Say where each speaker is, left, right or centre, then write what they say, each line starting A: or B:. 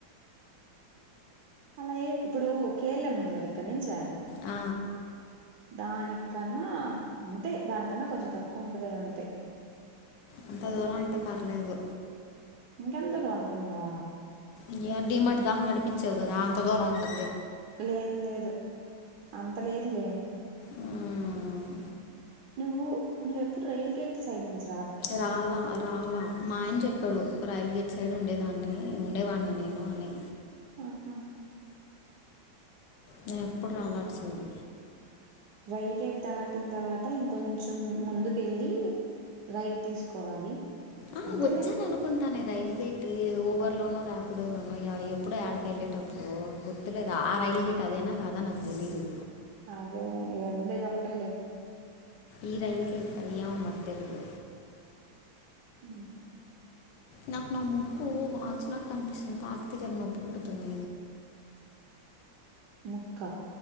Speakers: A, on the right (about 65°); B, on the left (about 70°).
A: అలాగే ఇప్పుడు కే ఎల్ ఎమ్ ఉంది కదా ఇక్కడి నించా
B: ఆ
A: దానికన్నా అంతే దానికన్నా కొంచెం తక్కువ ఉంటంది అంతే.
B: అంత దూరం అయితే పర్లేదు.
A: ఇంకెంత దూ అనుకున్నావు
B: ఈ డీ మార్ట్ దాకా నడిపిచ్చావు కదా అంత దూరం ఉంటది.
A: లేదు లేదు అంత లేదు లే.
B: మ్మ్.
A: నువ్వు నువ్వెప్పుడు రైల్ గేట్ సైడ్ నించి
B: రాలా రాలా మా ఆయన చెప్పాడు. రాయల్ గేట్ సైడ్ ఉండేదాన్ని, ఉండేవాడిని నేను అని
A: ఆహా
B: నేను ఎప్పుడు రాలే అటు సైడ్
A: రైల్ గేట్ దాటిన తర్వాత ఇంకొంచం ముందుకు వెళ్ళి, రైట్ తీసుకోవాలి
B: ఆ
A: అంతేలే
B: వచ్చానానుకుంటా నేను రైల్ గేట్ ఓవర్లోనో ర్యాడోలోనో యా ఇ ఎప్పుడో ఏడకి వెళ్ళేటప్పుడు గుర్తులేదు, ఆ రైల్ గేట్ అదేనా కాదా నాకు తెలీదు
A: అదే ఈడ ఉండేది ఒకటేలే
B: ఈ రైల్కి ఎక్కి ఎమో మరి తెలిదు
A: అ
B: నాకు నా ముక్కు వాచినట్టు అనిపిస్తుంది ఆకతి చాలా నొప్పి పుడుతుంది
A: ముక్క